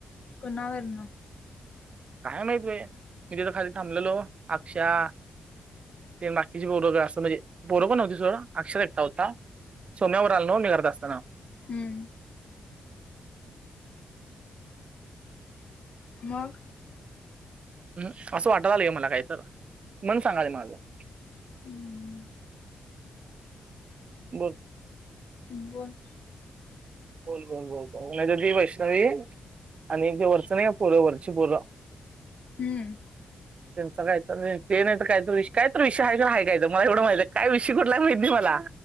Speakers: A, on the left; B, on the right.
A: कोणा वरून
B: काय माहित बाई, मी तिथ खाली थांबलेलो अक्ष्या... तेन बाकीची पोर गं असं म्हणजे पोरो कोण नव्हती सोड अक्ष्याच एकटा होता.... सोम्या वर आल नव्ह मी घरात असताना....
A: हुं... मग...
B: हुंहुं असं वाटालागलय गं मला काहीतर म्हणून सांगालय मला तो...
A: हम्म
B: बोल...
A: बोल...
B: बोल -बोल -बोल -बोल नायतर ती वैष्णवी- आणि एक ते वरच नाही का, पूर वरची पोर...
A: हुं..
B: त्यांचा कायतर, ते नाहीतर काहीतर विष कायतर विषय हायगं हाय कायतर मला एवढं माहित आहे काय विषय कुठला माहिती... मला